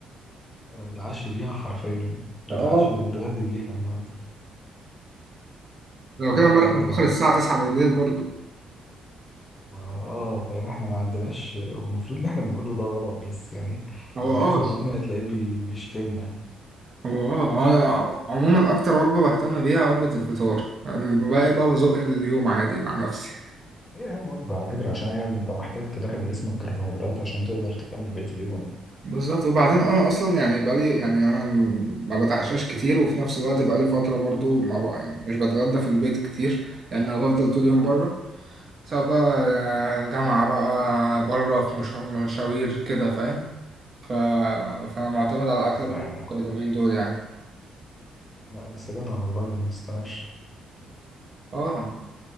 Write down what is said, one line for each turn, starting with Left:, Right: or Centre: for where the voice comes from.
Left: انا متعشى بيها حرفيا متعشى
Right: اه
Left: ومتغدى بيها النهارده
Right: لو
Left: الجروب
Right: كده امبارح
Left: عند
Right: متأخر
Left: بعض
Right: الساعة 9 بالليل برضو
Left: ما- اه يعني احنا ما عندناش المفروض ان احنا بنعمله ده غلط بس يعني
Right: هو
Left: الجهاز
Right: اه
Left: الهضمي هتلاقيه بي- بيشتمنا
Right: هو اه هو انا عموما اكتر وجبه بهتم بيها وجبه الفطار الباقي بقى بزق اليوم عادي مع نفسي
Left: هي أهم وجبة على فكرة عشان هي أنت محتاج تدخل جسمك كربوهيدرات عشان تقدر تكمل بقية اليوم
Right: بالظبط وبعدين انا اصلا يعني بقالي يعني انا ما بتعشاش كتير وفي نفس الوقت بقالي فتره برضو ما بقى يعني مش بتغدى في البيت كتير لان انا بفضل طول اليوم بره سواء بقى آه، جامعه بقى بره في مشا- مشاوير كده فاهم ف... فانا معتمد على اكل
Left: ربنا
Right: بره
Left: يعينك
Right: اليومين
Left: والله
Right: دول يعني
Left: لا بس جدع والله ما تستناش
Right: اه